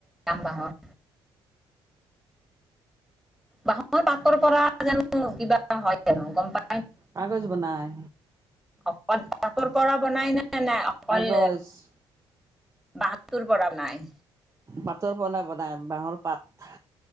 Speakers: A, in the centre; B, on the right (about 25°).
A: বাঁহত বাঁহৰ পাতৰ পৰা জানো কিবা হয় জানো গম পাই?
B: কাগজ বনাই।
A: অ', বাঁহৰ পৰা বনাই ন। নাই অকল
B: কাগজ
A: বাহটোৰ পৰা বনাই।
B: পাতৰ পৰা বনাই বাঁহৰ পাত